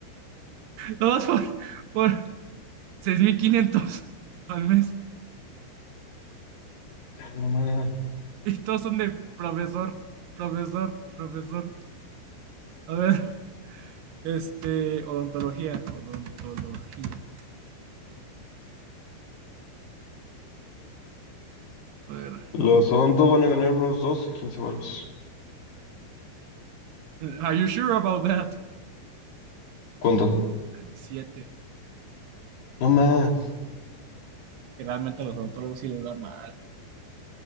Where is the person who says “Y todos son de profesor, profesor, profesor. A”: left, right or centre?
Right